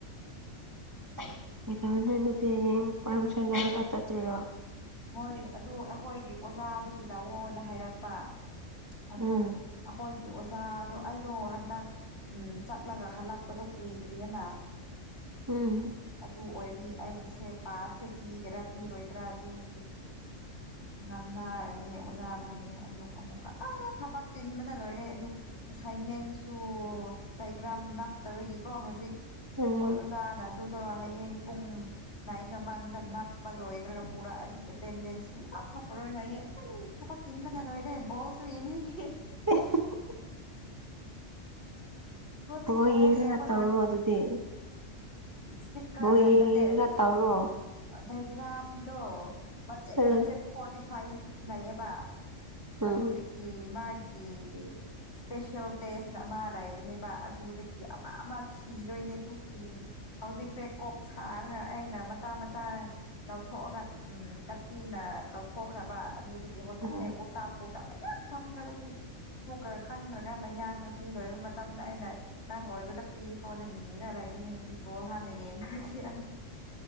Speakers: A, on the right; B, on the left.
A: <unintelligible>
B: ꯍꯣꯏ ꯑꯗꯨ ꯑꯩꯈꯣꯏꯒꯤ ꯑꯣꯖꯥꯗꯒꯤ ꯂꯧꯑꯣꯅ ꯍꯥꯏꯔꯛꯄ ꯑꯗꯨ
A: ꯎꯝ
B: ꯑꯩꯈꯣꯏ ꯑꯣꯖꯥꯗꯣ ꯑꯩꯗꯣ ꯍꯟꯗꯛ ꯎꯝ ꯆꯠꯂꯒ ꯍꯜꯂꯛꯄꯗꯣ ꯀꯨꯏꯗ꯭ꯔꯤꯑꯦꯅ
A: ꯎꯝ
B: ꯑꯗꯨ ꯑꯣꯏꯕꯒꯤ ꯑꯩꯒꯤꯁꯦ ꯄꯥꯁꯁꯦ ꯄꯤꯒꯦꯔꯥ ꯄꯤꯔꯣꯏꯗ꯭ꯔꯥ ꯑꯗꯨꯒꯤ ꯉꯥꯡꯅꯔꯅꯤ ꯑꯣꯖꯥꯗ ꯍꯌꯦꯡ ꯑꯌꯨꯛ ꯑꯃꯨꯛꯀ ꯑ ꯊꯕꯛ ꯆꯤꯟꯕꯅ ꯂꯣꯏꯔꯦ ꯑꯗꯨ ꯑꯦꯁꯥꯏꯟꯃꯦꯟꯁꯨ ꯗꯥꯏꯒ꯭ꯔꯥꯝ ꯅꯞꯇꯕꯒꯤꯀꯣ ꯍꯧꯖꯤꯛ
A: ꯎꯝ
B: ꯍꯣꯏ ꯑꯣꯖꯥꯅ ꯑꯗꯨꯗꯣ ꯍꯌꯦꯡ ꯄꯨꯡ ꯅꯥꯏꯟ ꯃꯃꯥꯡꯗ ꯅꯞꯄ ꯂꯣꯏꯗ꯭ꯔꯒ ꯄꯨꯔꯛꯑꯗꯤ ꯑꯦꯇꯦꯟꯗꯦꯟꯁ ꯁꯨꯡ ꯍꯥꯞ ꯄꯔꯣꯏ ꯍꯥꯏꯌꯦ ꯑꯩ ꯊꯕꯛ ꯆꯤꯟꯕꯅ ꯂꯣꯏꯔꯦ ꯕꯣꯜꯁꯨ ꯌꯦꯡꯅꯤꯡꯒꯦ
A: <unintelligible>
B: ꯍꯧꯖꯤꯛ
A: ꯍꯣꯏ
B: ꯕꯣꯜ
A: ꯌꯦꯡꯉ
B: ꯌꯦꯡꯕ
A: ꯇꯧꯔꯣ ꯑꯗꯨꯗꯤ
B: ꯏꯁꯇꯤꯛꯀꯥꯔ
A: ꯕꯣꯜ ꯌꯦꯡ
B: ꯅꯠꯇꯦ
A: ꯌꯦꯡꯉꯒ ꯇꯧꯔꯣ
B: ꯗꯥꯏꯒ꯭ꯔꯥꯝꯗꯣ ꯃꯆꯦꯠ
A: ꯎꯝ
B: ꯃꯆꯦꯠ ꯐꯣꯔꯇꯤ ꯐꯥꯏꯚ ꯂꯩꯌꯦꯕ
A: ꯎꯝ
B: ꯑꯗꯨꯗꯒꯤ ꯃꯥꯒꯤ ꯏꯁꯄꯦꯁꯦꯜ ꯇꯦꯁꯅ ꯑꯃ ꯂꯩꯕꯅꯦꯕ ꯑꯗꯨꯗꯒꯤ ꯑꯃ ꯑꯃ ꯊꯤꯗꯣꯏꯅꯦ ꯑꯗꯨꯒꯤ ꯍꯧꯖꯤꯛꯁꯦ ꯀꯣꯛ ꯁꯥꯔꯒ ꯑꯩꯅ ꯃꯆꯥ ꯃꯆꯥ ꯂꯧꯊꯣꯛꯑꯒ ꯎꯝ ꯀꯥꯇꯤꯅ ꯂꯧꯊꯣꯛꯈ꯭ꯔꯕ ꯑꯗꯨꯗꯒꯤ ꯍꯧꯖꯤꯛꯁꯦ
A: ꯎꯝ
B: ꯇꯥꯞ ꯄꯣ ꯇ ꯃꯌꯥꯝ ꯊꯝꯈ꯭ꯔꯕꯒꯤ ꯃꯣꯛꯀ ꯈꯪꯗ꯭ꯔꯒ ꯃꯌꯥ ꯅꯨꯄꯤ ꯂꯣꯏꯕ ꯃꯇꯝꯗ ꯑꯩꯅ ꯅꯪ ꯂꯣꯏꯕꯗ ꯄꯤꯈ꯭ꯔꯣꯅ ꯅꯤꯔꯒ ꯂꯩꯕꯅꯤ ꯍꯧꯖꯤꯛ ꯕꯣꯜ ꯍꯥꯟꯅ ꯌꯦꯡꯈ꯭ꯔꯒꯦ ꯑꯩ